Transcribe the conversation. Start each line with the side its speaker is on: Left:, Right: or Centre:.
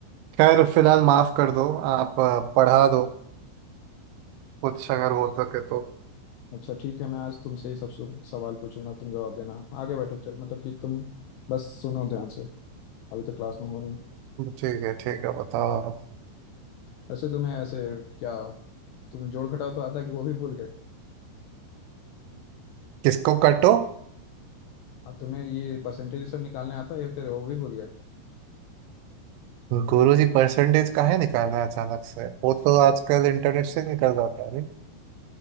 Right: खैर फिलहाल माफ कर दो आप आ, पढ़ा दो कुछ अगर हो सके तो
Left: अच्छा ठीक है मैं आज तुमसे ही सब सु- सवाल पूछूंगा तुम जवाब देना आगे बैठो चल मतलब कि तुम बस सुनो ध्यान से अभी तो क्लास में हो नहीं
Right: ठीक है ठीक है बताओ आप।
Left: वैसे तुम्हें ऐसे क्या तुम्हें जोड़ घटाव तो आता है कि वो भी भूल गए
Right: किसको कटो
Left: अब तुम्हें ये परसेंटेज सब निकालने आता है या फिर वो भी भूल गए
Right: गुरु जी परसेंटेज काहे निकालना है अचानक से वो तो आजकल इंटरनेट से निकल जाता है नहीं